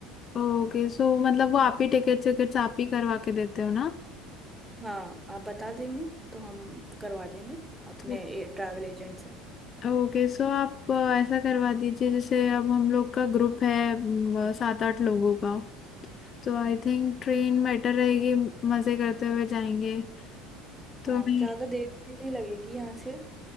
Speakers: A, on the left (about 25°); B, in the centre.
A: ओके सो मतलब वो आप ही टिकट टिकट्स आप ही करवा के देते हो ना
B: हाँ आप बता देंगे तो हम करवा देंगे अपने
A: तो
B: ये ट्रैवल एजेंट से
A: ओके सो आप अ, ऐसा करवा दीजिए जैसे अब हम लोग का ग्रुप है म, सात आठ लोगों का तो आई थिंक ट्रेन बेटर रहेगी मजे करते हुए जाएंगे तो
B: हाँ
A: मैं
B: ज़्यादा देर भी नहीं लगेगी यहाँ से